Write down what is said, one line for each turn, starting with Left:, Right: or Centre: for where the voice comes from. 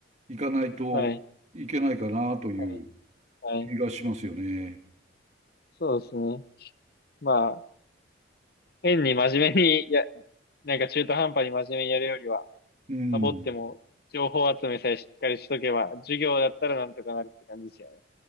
Right: 行かないといけないかなという
Left: はい。はい。はい。
Right: 気がしますよね。
Left: そうですね。まあ、変に真面目に、いや、なんか中途半端に真面目にやるよりは、
Right: うん。
Left: サボっても、情報集めさえしっかりしとけば、授業だったらなんとかなるって感じですよね。